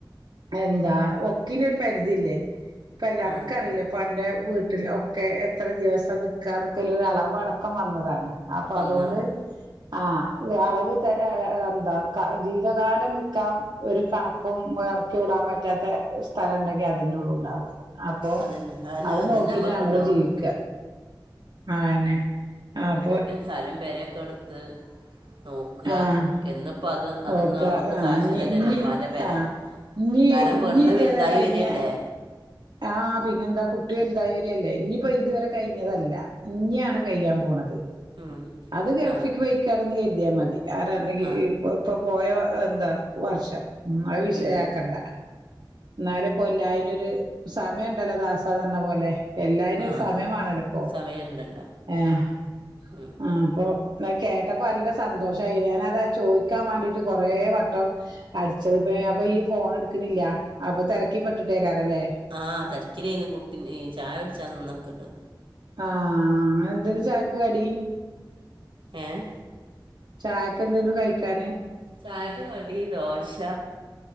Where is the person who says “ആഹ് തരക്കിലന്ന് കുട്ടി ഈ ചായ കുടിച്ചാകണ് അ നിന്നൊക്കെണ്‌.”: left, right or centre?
Right